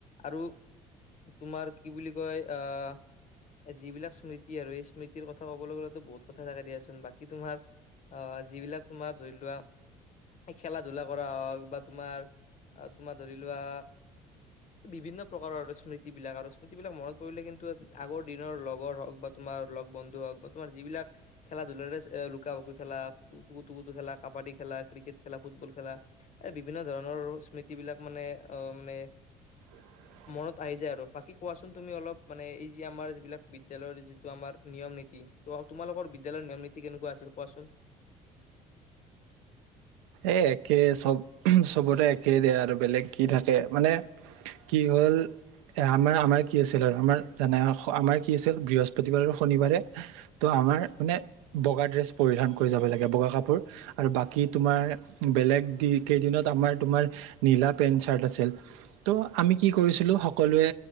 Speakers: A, on the left (about 45°); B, on the right (about 75°).
A: আৰু তোমাৰ কি বুলি কয় আহ যিবিলাক স্মৃতি আৰু এই স্মৃতিৰ কথা ক'বলৈ গ'লে বহুত কথা থাকে দিয়াচোন, বাকী তোমাৰ অ', যিবিলাক তোমাৰ ধৰি লোৱা খেলা-ধূলা কৰা হওক বা তোমাৰ তোমাৰ ধৰি লোৱা বিভিন্ন প্ৰকাৰৰ আৰু স্মৃতি বিলাক আৰু স্মৃতি বিলাক মনত পৰিলে কিন্তু আগৰ দিনৰ লগৰ হওক বা তোমাৰ লগ বন্ধু হওক বা তোমাৰ যিবিলাক খেলা ধূলাৰে লুকা-ভাকু খেলা, কুটু-কুটু খেলা, কাবাডী খেলা, ক্ৰিকেট খেলা, ফুটবল খেলা, এ বিভিন্ন ধৰণৰ স্মৃতিবিলাক মানে আহ মানে
B: <inaudible>
A: মনত আহি যায় আৰু বাকী কোৱাচোন মনত আহি যায় আৰু বাকি কোৱাছোন তুমি অলপ মানে এই যি, আমাৰ যিবিলাক বিদ্যয়ালয়ৰ যিটো আমাৰ নিয়ম নীতি। তোমা-তোমালোকৰ বিদ্যালয়ৰ নিয়ম নীতি কেনেকুৱা আছিল কোৱাচোন?
B: এই একে চব, চবৰে একেই দিয়া আৰু বেলেগ কি থাকে মানে কি হ'ল এ আমাৰ আমাৰ কি আছিল আৰু আমাৰ জানাই আৰু আমাৰ কি আছিল বৃহস্পতিবাৰ আৰু শনিবাৰে ত' আমাৰ মানে বগা ড্ৰেছ পৰিধান কৰি যাব লাগে, বগা কাপোৰ আৰু বাকী তোমাৰ বেলেগ দি কেইদিনত আমাৰ তোমাৰ নীলা পেন্ট চাৰ্ট আছিল। ত' আমি কি কৰিছিলোঁ সকলোৱে।